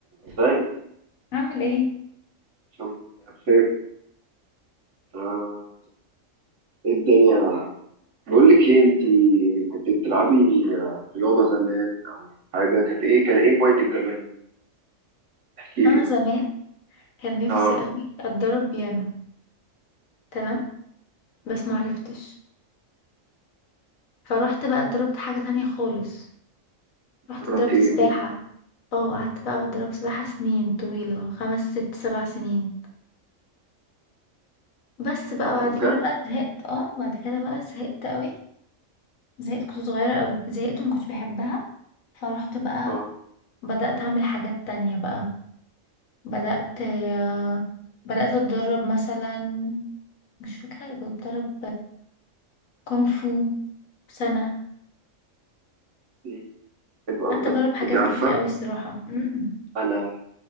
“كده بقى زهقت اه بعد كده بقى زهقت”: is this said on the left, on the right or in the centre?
Left